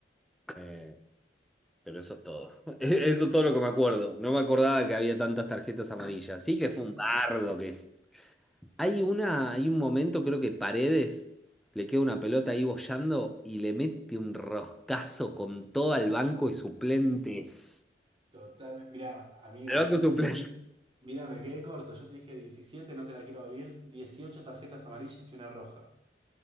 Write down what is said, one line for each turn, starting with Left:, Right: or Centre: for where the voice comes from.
Centre: eh, pero eso es todo. <laughs> E- Eso es todo lo que me acuerdo. No me acordaba que había tantas tarjetas amarillas. Sí que fue
Right: Sí,
Centre: un
Right: sí,
Centre: bardo que es. Hay una, hay un momento, creo que Paredes le queda una pelota ahí boyando y le mete un roscazo con todo al banco de suplentes.
Right: totalmente. Mirá, amigo,
Centre: Al banco de
Right: diez
Centre: suplentes.
Right: mirá, me quedé corto. Yo te dije diecisiete no te la quiero abrir. dieciocho tarjetas amarillas y una roja.